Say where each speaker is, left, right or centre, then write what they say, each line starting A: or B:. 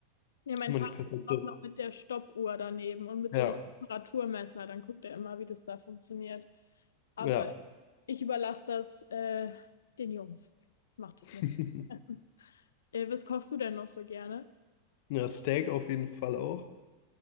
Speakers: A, on the left (about 65°); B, on the left (about 50°).
A: Ja, mein
B: Immer
A: Vater
B: die perfekte.
A: ist auch noch mit der Stoppuhr daneben und mit
B: Ja,
A: so einem Temperaturmesser. Dann guckt er immer, wie das da funktioniert. Aber
B: ja.
A: ich überlasse das äh, den Jungs. Macht es
B: <laughs>
A: nicht. <laughs> Äh, was kochst du denn noch so gerne?
B: Ja, Steak auf jeden Fall auch.